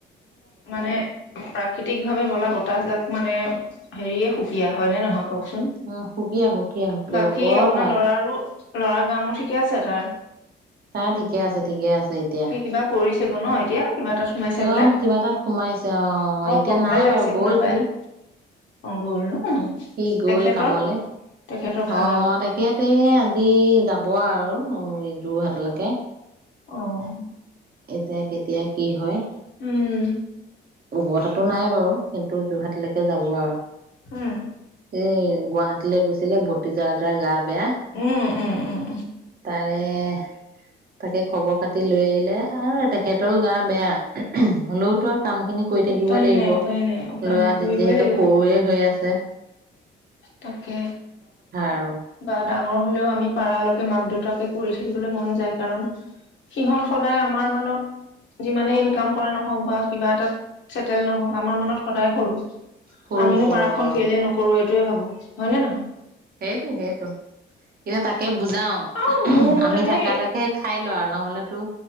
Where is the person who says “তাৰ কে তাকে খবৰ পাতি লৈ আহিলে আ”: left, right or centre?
Right